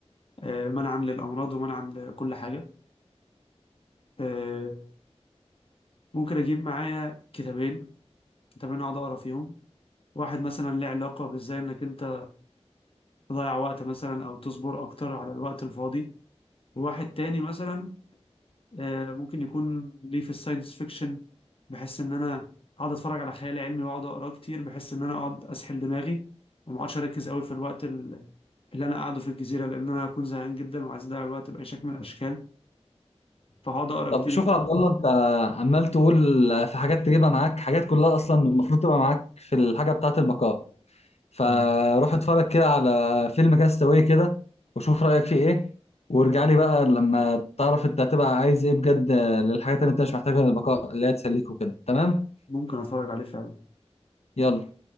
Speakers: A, on the left; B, on the left.
A: آه، منعا للامراض ومنعا لكل حاجه آه، ممكن اجيب معايا كتابين كتابين اقعد اقرا فيهم واحد مثلا ليه علاقة بازاي انك انت تضيع وقت مثلا او تصبر اكتر على الوقت الفاضي وواحد تاني مثلا آه، ممكن يكون ليه في الساينس فيكشن بحس ان انا اقعد اتفرج على خيال علمي واقعد اقراه كتير بحس ان انا اقعد اسحل دماغي وما اقعدش اركز قوي في الوقت ال- اللي انا قاعده في الجزيرة لان انا هكون زهقان جدا وعايز اضيع الوقت باي شكل من الاشكال فهقعد اقرا
B: طب
A: كتير
B: شوف
A: جدا.
B: يا عبد الله انت عمال تقول في حاجات تجيبها معاك حاجات كلها اصلا المفروض تبقى معاك في الحاجه بتاعه البقاء فروح
A: مم.
B: اتفرج كده على فيلم كاستاوي كده وشوف رايك فيه ايه وارجع لي بقى لما تعرف انت هتبقى عايز ايه بجد للحاجات اللي انت مش محتاجها للبقاء اللي هي تسليك وكده تمام
A: ممكن اتفرج عليه فعلا
B: يلا